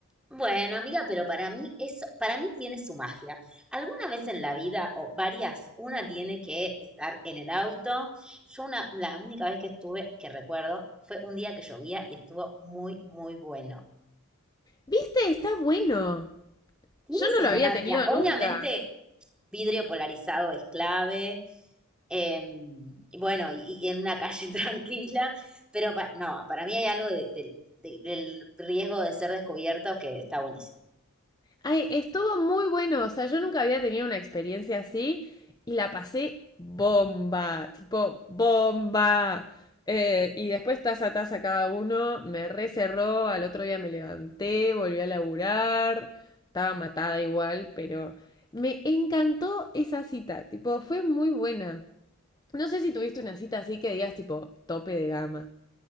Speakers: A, in the centre; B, on the left (about 20°).
A: Bueno, amiga, pero para mí eso, para mí tiene su magia. Alguna vez en la vida, o varias, una tiene que estar en el auto. Yo una, la única vez que estuve, que recuerdo, fue un día que llovía y estuvo muy, muy bueno.
B: ¿Viste? Está bueno.
A: Tiene
B: Yo no
A: su
B: lo
A: magia.
B: había tenido
A: Obviamente,
B: nunca.
A: vidrio polarizado es clave. eh, y bueno, y, y en una calle <laughs> tranquila, pero pa- no, para mí hay algo de- del de- del riesgo de ser descubierto que está buenísimo.
B: Ay, estuvo muy bueno, o sea, yo nunca había tenido una experiencia así y la pasé bomba, tipo bomba. Eh, y después taza a taza cada uno, me recerró, al otro día me levanté, volví a laburar, estaba matada igual, pero me encantó esa cita, tipo, fue muy buena. No sé si tuviste una cita así que digas tipo tope de gama.